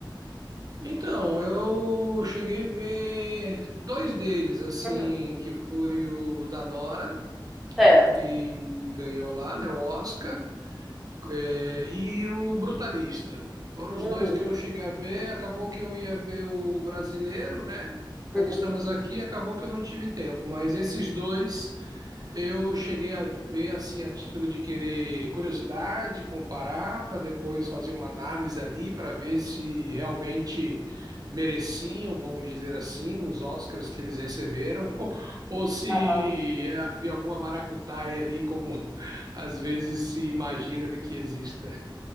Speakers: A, on the right; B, in the centre.
A: Então, eu cheguei a ver dois deles, assim,
B: Uhum,
A: que foi o da Nora,
B: certo.
A: que ganhou lá, né, o Oscar, é, e o Brutalista. Foram os
B: Uhum,
A: dois que eu cheguei a ver, acabou que eu ia ver o brasileiro, né? Ainda
B: uhum,
A: estamos aqui, acabou que eu não tive tempo, mas esses dois Eu cheguei a ver, assim, a título de querer curiosidade, comparar, para depois fazer uma análise ali, para ver se realmente mereciam, vamos dizer assim, os Oscars que eles receberam, <laughs> ou se
B: aham.
A: é, havia alguma maracutaia ali, como <laughs> às vezes se imagina que exista.